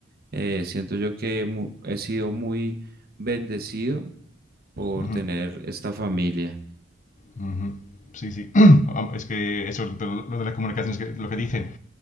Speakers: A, on the right (about 50°); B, on the left (about 40°).
A: eh, siento yo que mu- he sido muy bendecido por
B: ujú.
A: tener esta familia.
B: Ujú. Sí, sí. <clears throat> Am- Es que eso, lo lo de las comunicaciones, que, lo que dicen,